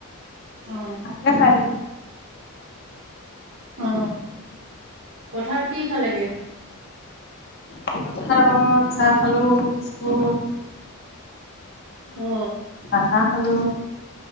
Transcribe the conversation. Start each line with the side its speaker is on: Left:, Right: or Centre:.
Right: অ।
Left: দেখাই <unintelligible>
Right: অ পথাৰত কি খালে গে?
Left: পথাৰত চাহ খালো বিস্কুট।
Right: অ।
Left: চানা খালো।